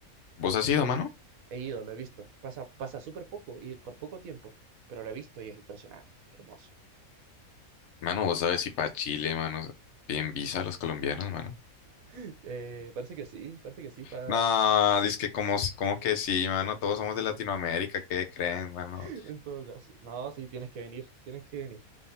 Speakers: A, on the left; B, on the right.
A: ¿Vos has ido, mano?
B: He ido, lo he visto. Pasa, pasa súper poco y por poco tiempo, pero lo he visto y es impresionante, hermoso.
A: Mano, vos sabes si para Chile, mano, bien visa a los colombianos, mano.
B: <laughs> Eh, parece que sí, parece que sí, para...
A: No, dice que como, si- como que sí, mano, todos somos de Latinoamérica, ¿qué creen, mano?
B: en todo caso. No, sí, tienes que venir, tienes que venir.